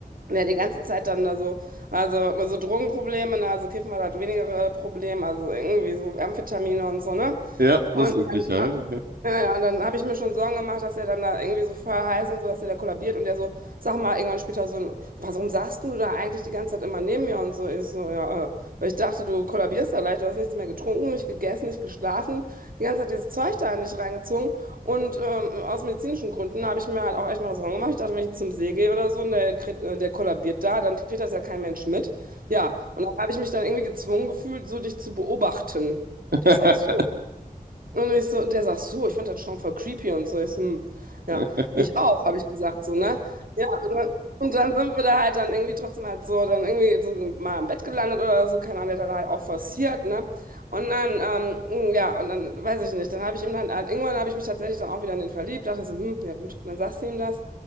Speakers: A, on the right (about 65°); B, on the right (about 85°).
A: wer die ganze Zeit dann da so, also immer so Drogenprobleme, ne? Also Kiffen war halt weniger Problem, also irgendwie so Amphetamine und so, ne?
B: ja,
A: Und
B: das Übliche
A: dann,
B: halt.
A: äh,
B: Ja.
A: ja, ja, und dann habe ich mir schon Sorgen gemacht, dass er dann da irgendwie so voll heiß und so, dass er da kollabiert und der so, sag mal, irgendwann später so, ein, warum saßt denn du da eigentlich die ganze Zeit immer neben mir und so? Ich so, ja, äh, weil ich dachte, du kollabierst da leicht, du hast nichts mehr getrunken, nicht gegessen, nicht geschlafen, die ganze Zeit dieses Zeug da nicht reingezogen. Und ähm, aus medizinischen Gründen habe ich mir halt auch echt mal das Sorgen gemacht. Ich dachte, wenn ich jetzt zum See gehe oder so und der, kriegt- äh, der kollabiert da, dann kriegt das ja kein Mensch mit. Ja, und dann habe ich mich dann irgendwie gezwungen gefühlt, so dich zu beobachten.
B: Okay.
A: Der ist auch so. Und ich so, und der sagt so, ich fand das schon voll creepy und so. Ich so, hm, ja,
B: Ja.
A: ich auch, habe ich gesagt, so, ne? Ja, und dann, und dann sind wir da halt dann irgendwie trotzdem halt so, dann irgendwie so mal im Bett gelandet oder so, keine Ahnung, der hat da halt auch forciert, ne? Und dann, ähm, hm, ja, und dann weiß ich nicht, dann habe ich ihm dann, halt, irgendwann habe ich mich tatsächlich dann auch wieder in den verliebt, dachte so, hm, ja gut, und dann sagst du ihm das.